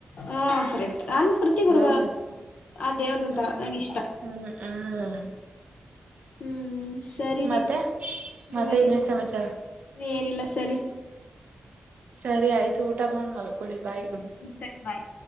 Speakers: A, on the left; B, on the right.
A: ಹ್ಮ ಸರಿ ನನ್ ಪ್ರತಿ ಗುರುವ
B: ಹ್ಮ್
A: ಆ ದೇವ್ರದಂತರ
B: ಹ್ಮ್
A: ನನ್ ಇಷ್ಟ
B: ಹ್ಮ್ ಹ್ಮ್
A: ಹ್ಮ್ ಸರಿ ರೀ
B: ಮತ್ತೆ
A: ನೀನಿಲ್ಲ
B: ಮತ್ತೆ ಇನ್ನೇನ್ ಸಮಾಚಾರ
A: ಏನಿಲ್ಲ ಸರಿ
B: ಸರಿ ಆಯ್ತು ಊಟ ಮಾಡ್ ಮಲ್ಕೊಳ್ಳಿ ಬಾಯ್ು
A: ಹ ಸರಿ ಬಾಯ್